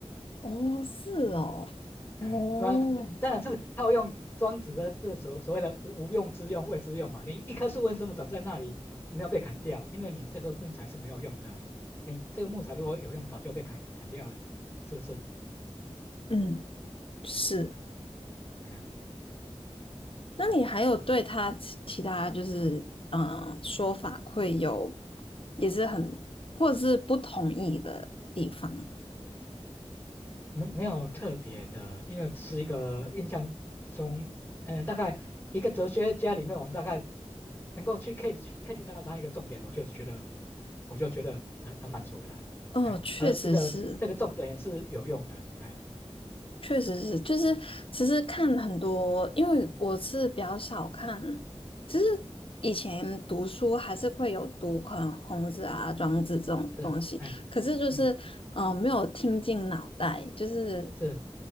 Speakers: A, on the left; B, on the left.
A: 哦，是哦，
B: 哎，
A: 哦，
B: 那当然是套用庄子的这所所谓的无无用之用、谓之用嘛。你一棵树为什么长在那里没有被砍掉？因为你这个木材是没有用的啊你这个木材如果有用，早就被砍砍掉了，是不是？
A: 嗯，是。
B: 哎呀，
A: 那你还有对他其其他就是嗯说法会有也是很或者是不同意的地方吗？
B: 没没有特别的，因为只是一个印象中，嗯，大概一个哲学家里面，我们大概能够去 catch catch 到他一个重点，我就觉得我就觉得很很满足了啊。
A: 哦，
B: 哎，
A: 确实是
B: 而这个这个重点也是有用的，哎。
A: 确实是，就是其实看很多，因为我是比较少看，其实以前读书还是会有读可能孔子啊、庄子这种东西，
B: 是，哎，
A: 可是就是嗯、
B: 嗯，
A: 呃没有听进脑袋，就是
B: 是，